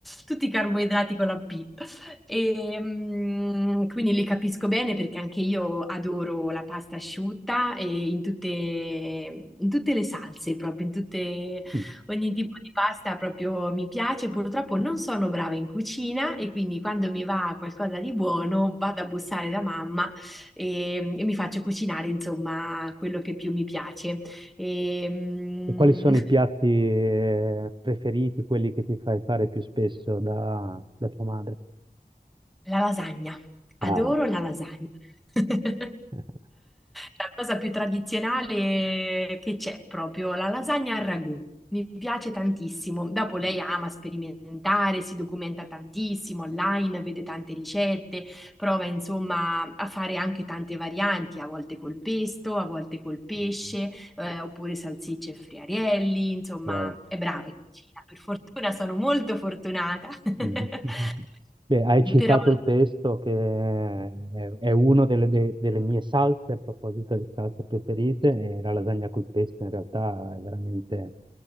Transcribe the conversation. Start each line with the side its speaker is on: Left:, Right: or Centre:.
Centre: tutti i carboidrati con la P. E, mm, quindi li capisco bene perché anche io adoro la pasta asciutta e in tutte, in tutte le salse, proprio in tutte.
Right: mm.
Centre: Ogni tipo di pasta proprio mi piace, purtroppo non sono brava in cucina e quindi quando mi va qualcosa di buono vado a bussare da mamma e, e mi faccio cucinare insomma quello che più mi piace. E, mm,
Right: E quali sono i piatti eh, preferiti, quelli che ti fai fare più spesso da, da tua madre?
Centre: la lasagna, adoro
Right: Ah,
Centre: la lasagna. <laughs>
Right: <laughs>
Centre: La cosa più tradizionale che c'è proprio la lasagna al ragù. Mi piace tantissimo. Dopo lei ama sperimentare, si documenta tantissimo online, vede tante ricette, prova insomma a fare anche tante varianti, a volte col pesto, a volte col pesce,
Right: Mm.
Centre: eh, oppure salsicce e friarielli, insomma,
Right: wow.
Centre: è brava in cucina. Per fortuna sono molto fortunata. <laughs>
Right: Mm. <laughs> Beh, hai citato
Centre: Però
Right: il pesto che è, è una delle, de- delle mie salse, a proposito di salse preferite, e la lasagna col pesto in realtà è veramente,